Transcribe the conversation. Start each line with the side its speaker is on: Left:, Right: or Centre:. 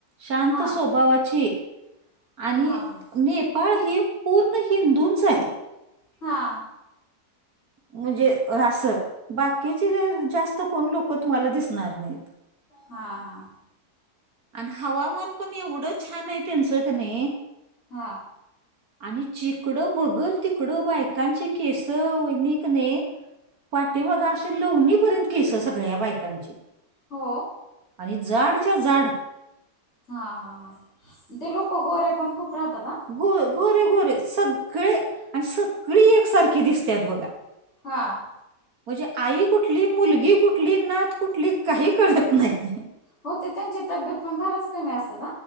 Right: शांत
Left: हा
Right: स्वभावाची. आणि
Left: हा हा
Right: नेपाळ हे पूर्ण हिंदूंचं आहे.
Left: हा.
Right: म्हणजे असं बाकीची जास्त कोण लोक तुम्हाला दिसनार नाहीत.
Left: हा हा.
Right: अन हवामान पन यवडं छाने त्यांचं का नई
Left: हा
Right: आनी जिकडं बघल तिकडं बायकांची केसव निक नी पाठीमागं अशे लवनीपर्यंत केस सगळ्या बायकांचे.
Left: हो
Right: आनी जाडच्या जाड.
Left: हा हा हा ते लोक गोरे पन खूप राहतात आ.
Right: गो गोरे गोरे सगळे आनी सगळी एक सारखी दिस्त्यात बघा.
Left: हां.
Right: म्हणजे आई कुठली मुलगी कुठली नात कुठली काही कळत नही.
Left: हो ते त्यांची तब्येत पन फारच कमी असतेत हा.